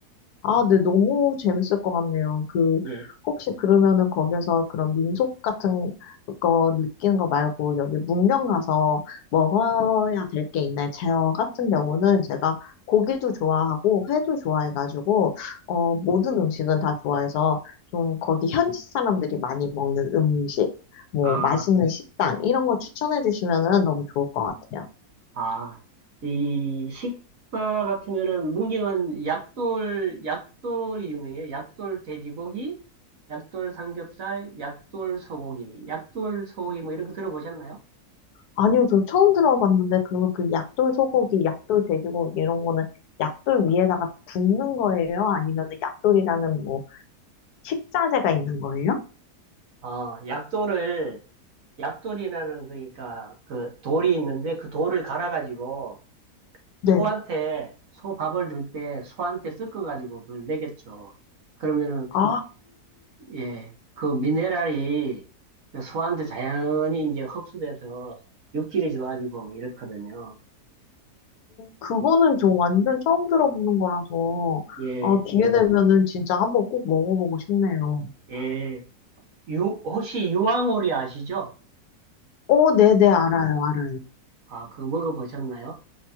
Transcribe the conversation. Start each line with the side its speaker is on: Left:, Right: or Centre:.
Left: 아, 네, 너무 재밌을 것 같네요. 그,
Right: 예.
Left: 혹시 그러면은 거기서 그런 민속 같은 거 느끼는 거 말고 여기 문명 가서 먹어야 될 게 있나요? 제어 같은 경우는 제가 고기도 좋아하고 회도 좋아해가지고, 어, 모든 음식은 다 좋아해서 좀 거기 현지 사람들이 많이 먹는 음식, 뭐
Right: 아,
Left: 맛있는 식당, 이런 거 추천해 주시면은 너무 좋을 것 같아요.
Right: 아. 이 식사 같으면은 문경은 약돌, 약돌이 유명해요. 약돌 돼지고기, 약돌 삼겹살, 약돌 소고기, 약돌 소고기 뭐 이런 거 들어보셨나요?
Left: 아니요, 저 처음 들어봤는데, 그러면 그 약돌 소고기, 약돌 돼지고기 이런 거는 약돌 위에다가 굽는 거예요? 아니면 약돌이라는 뭐 식자재가 있는 거예요?
Right: 아, 약돌을 약돌이라는 그러니까 그 돌이 있는데 그 돌을 갈아가지고
Left: 네.
Right: 소한테 소 밥을 줄 때 소한테 섞어가지고 그걸 먹였죠. 그러면은
Left: 아,
Right: 예, 그 미네랄이 그 소한테 자연히 이제 흡수돼서 육질이 좋아지고 뭐 이렇거든요.
Left: 그거는 저 완전 처음 들어보는 거라서,
Right: 예,
Left: 아, 기회 되면은 진짜 한번 꼭 먹어보고 싶네요.
Right: 예. 유, 혹시 유황오리 아시죠?
Left: 어, 네네, 알아요, 알아요.
Right: 아, 그거 먹어보셨나요?